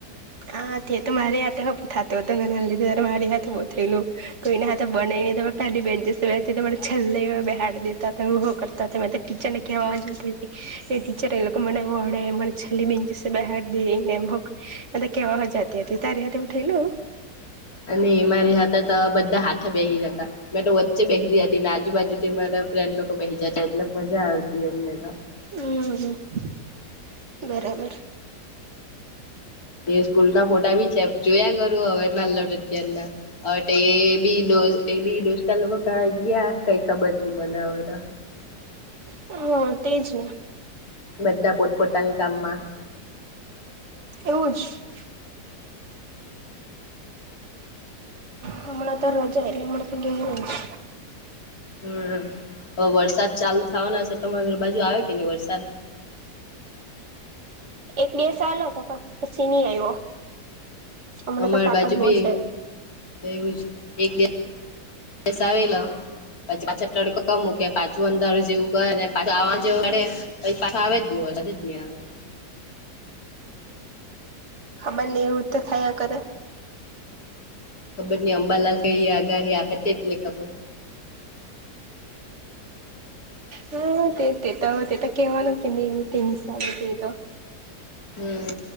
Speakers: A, on the right (about 45°); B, on the left (about 60°).
A: હા તો મારી હયાથે હ થતો હતો મેંને લીધું ત્યારે મારી હયાથે બહુ થયેલું કોઈને હાથે બને- - તે પહેલી બેચેસ બેઠતી મરે છલ્હી બેઠ દતા હતા કરતા હતા મ ટીચર નની આવાજતી- - ટીચર એ લોકો મને વડે મને છેલ્લી બેન્ચ બહાર દે ને- - અને કેવા હ જાતી હતી તારી હતે ઉઠે લું?
B: અને મારી હતા તો બધા હાથે બેસી જ હતા મેં તો વચ્ચે બેસી દ હતી. આજુ બાાજુ મારા ફ્રેન્ડ લોકો બેહી જતા એટલે મજા આવતી અમને તો.
A: હમ બરાબર.
B: એ સ્કૂલ ના ફોટા બી છે જોયા કરું હવે ના અતાર ના હવે બી- - એ બી દોસ્તા લોકો ક ગયા કઈ ખબર નઈ મને.
A: હા તેજ ને.
B: બધા પોટપોટા ના કામમાં- -
A: એવું જ- - હમણા આ તો રજા એલે હ તો ગે- -
B: હમ. હવે વરસાદ ચાલુ થવાના છે તમારે ઘ બાજુ આવે કે નહી વરસાદ?
A: એક બે સાાલો તો પણ પછી નહી આવ્યો. હમણાં
B: અમાર
A: તો તાપ
B: બાજુ
A: જ બહુ
B: બી
A: છે
B: એવું જ. એક બેસ બેસ આવેલા પછી પાછા તડકા મૂ કે પાછું અંદર જેવું. પાછવાડે પાછ આવે જ નહી જ નહી આવે.
A: ખબર ને એવું તો થયા કરે.
B: ખબર નઈ અંબાલાલ ક આગાહી આપે તેજ નહ ખબર.
A: હ તે તેતા તેતા કેવાનું કેને એમ તે નિશ તે તો. <inaudible>
B: હમ